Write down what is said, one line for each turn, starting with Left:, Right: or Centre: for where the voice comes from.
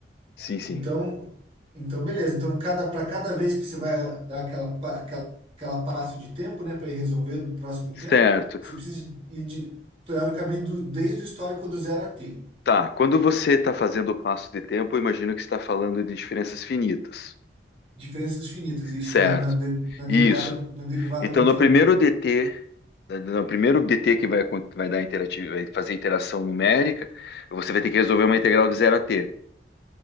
Left: Sim, sim.
Right: Então, então beleza. Então, cada, para cada vez que você vai dar aquela, pa- aquela, aquela passo de tempo, né, para ir resolver no próximo
Left: Certo.
Right: tempo, você precisa ir de, teoricamente do, desde o histórico do zero a t.
Left: Tá, quando você está fazendo o passo de tempo, eu imagino que está falando de diferenças finitas,
Right: Diferenças finitas, isso,
Left: certo?
Right: na, na, de- na
Left: Isso.
Right: derivada no, na derivada
Left: Então,
Right: no
Left: no
Right: tempo.
Left: primeiro DT, eh, no primeiro DT que vai, acon- vai dar interati- vai fazer interação numérica, você vai ter que resolver uma integral de zero a t.